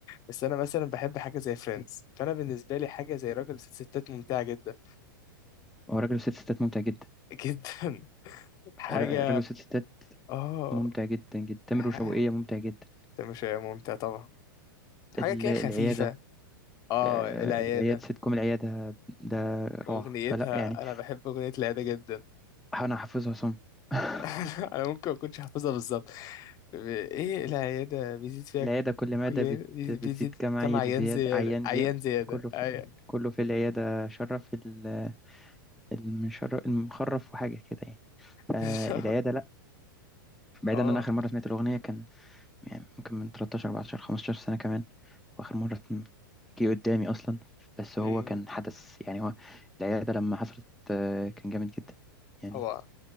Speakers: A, on the left; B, in the centre.
A: بس أنا مثلا بحب حاجة زي فريندز فأنا بالنسبة لي حاجة زي راجل وست ستات ممتعة جدا
B: هو راجل وست ستات ممتع جدا
A: <laughs> جدا حاجة
B: ر- راجل وست ستات
A: اه
B: ممتع جدا جدا تامر
A: ح-
B: وشوقية ممتع جدا
A: ده مش ممتع طبعا حاجة
B: ال-
A: كده
B: العياده
A: خفيفة اه
B: آه،
A: العيادة
B: العياد سيت كوم العياده ده روعه
A: أغنيتها
B: فلا يعني
A: أنا بحب أغنية العيادة جدا
B: أحاول أحفظها صم <laughs>
A: <laughs> انا ممكن ما اكونش حافظها بالظبط ايه العياده بيزيد فيها
B: العيادة كل مادة
A: كل
B: بت...
A: بيزيد
B: بتزيد
A: بيزيد
B: كم عيل
A: كم عيان
B: زياد
A: زياده
B: عيان
A: عيان
B: زياد
A: زياده
B: كله في
A: ايوه
B: كله في العيادة شرف ال- المشرف المخرف وحاجة كده يعني فالعيادة
A: <laughs> بالظبط
B: لأ بعيدا
A: اه
B: عن أنا آخر مرة سمعت الأغنية كان يعني ممكن من 13 14 15 سنة كمان وآخر مرة تم- جه قدامي أصلا بس هو
A: أمم،
B: كان حدث يعني هو العيادة لما حصلت آه، كان جامد جدا يعني.
A: طبعا